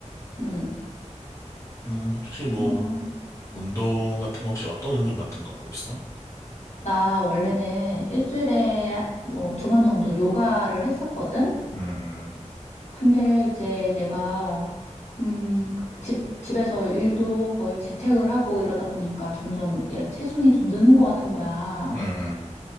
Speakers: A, on the left; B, on the left.
A: 음,
B: 음, 혹시 뭐
A: 그렇구나.
B: 운동 같은 거 혹시 어떤 운동 같은 거 하고 있어?
A: 나 원래는 일주일에 뭐 두 번 정도 요가를 했었거든?
B: 음, 음,
A: 근데 이제 내가 음, 그 집, 집에서 일도 거의 재택을 하고 이러다 보니까 점점 이게 체중이 좀 느는 것 같은 거야.
B: 음,